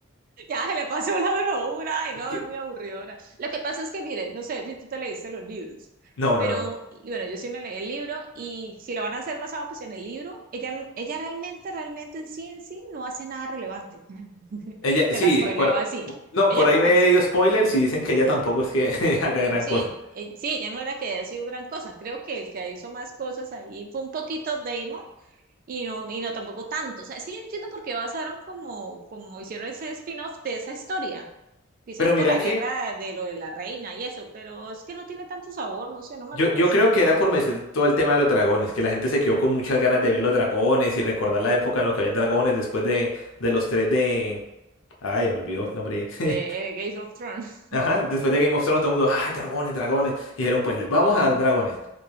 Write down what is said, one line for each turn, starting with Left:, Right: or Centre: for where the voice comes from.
Right: Ya se le pasó la bravura, ay no,
Left: <laughs>
Right: es muy aburridora. Lo que pasa es que, mire, no sé si tú te leíste los libros,
Left: No,
Right: pero
Left: no, no.
Right: y bueno, yo sí me leí el libro y si lo van a hacer basado pues en el libro, ella, ella realmente, realmente en sí, en sí, no hace nada relevante. <laughs>
Left: Ella,
Right: Te
Left: sí,
Right: la spoileo
Left: por,
Right: así.
Left: no,
Right: Ella
Left: por
Right: es
Left: ahí
Right: como
Left: me
Right: así,
Left: he leído spoilers y dicen que ella tampoco es que <laughs> haga gran
Right: sí,
Left: cosa.
Right: eh, eh, sí, ella no era que haya sido gran cosa, creo que el que hizo más cosas ahí fue un poquito Damon y no, y no tampoco tanto. O sea, es que yo no entiendo por qué basaron como, como hicieron ese spin-off de esa historia Quizás
Left: Pero mira
Right: por la
Left: que
Right: guerra de lo de la reina y eso, pero es que no tiene tanto sabor, no sé, no me
Left: yo,
Right: parece.
Left: yo creo que era por meter todo el tema de los dragones, que la gente se quedó con muchas ganas de ver los dragones y recordar la época en la que habían dragones después de, de los tres de... Ay, ya me olvidó el nombre. <laughs>
Right: De Game of Thrones,
Left: Ajá, después de Game of Thrones todo el mundo, ay, dragones, dragones. Y dijeron, pues les vamos a dar dragones.